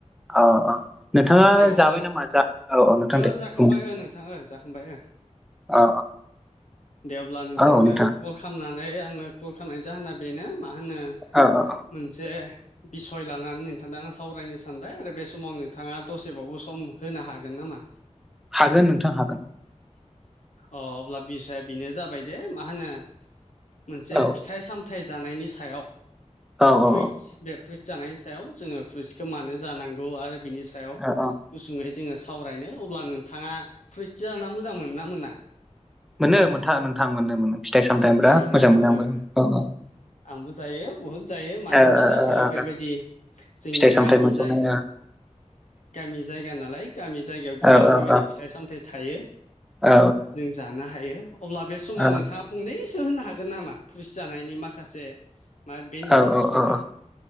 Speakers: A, in the centre; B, on the left (about 75°).
A: औ औ नोंथाङा
B: दे अब्ला
A: जाबाय नामा? जा औ औ नोंथां
B: ओ
A: दे
B: जाखांबाय
A: बुं दे
B: ओ नोंथां ओ जाखांबाय ओ।
A: अ
B: दे अब्ला नोंथांजों
A: अ औ नोंथां
B: कल खालामनानै आङो कल खालामनायनि जाहोना बेनो मा होनो
A: औ औ औ
B: मोनसे बिसय लानानै नोंथांदों आं सावरायनो सानबाय आरो बे समाव नोंथाङा दसेबावबो सम होनो हागोन गोन नामा
A: हागोन नोंथां हागोन।
B: अ अब्ला बिसाया बेनो जाबाय दे मा होनो मोनसे
A: औ
B: फिथाइ सामथाइ जानायनि सायाव
A: औ
B: फुइथ्स
A: औ
B: बे फ्र्रिइ्स जानायनि सायाव जोङो फ्रुइसखौ मानो जानांगौ आरो बिनि सायाव
A: औ औ
B: गुसुङै जोङो सावरायनो अब्ला नोंथाङा फ्रिथि जार ना मोजां मोन ना मोना
A: मोनो मोनथा नोंथां मोननो मोनो फिथाइ
B: अ
A: सामथाइ बिराद
B: जायोना
A: मोजां मोनो
B: ओ
A: आंबो अ अ।
B: आंबो जायो। बहुद जायो मानो
A: ओ
B: होनबा दाथ'
A: ओ
B: बेबायदि जोंनिया
A: फिथाइ सामथाइ
B: गामि
A: मोनसावनाय
B: जाय गामि जायगा नालाय गामि जायगायाव गोबां
A: ओ औ
B: बेबायदि
A: औ
B: फिथाइ सामथाइ थायो
A: औ
B: जों जानो हायो। अब्ला बे समाव
A: औ
B: नोंथाङा फंनैसो होनो हागोन नामा पुलिस जानायनि माखासे मा बेनिफिटसफोरखो
A: औ औ औ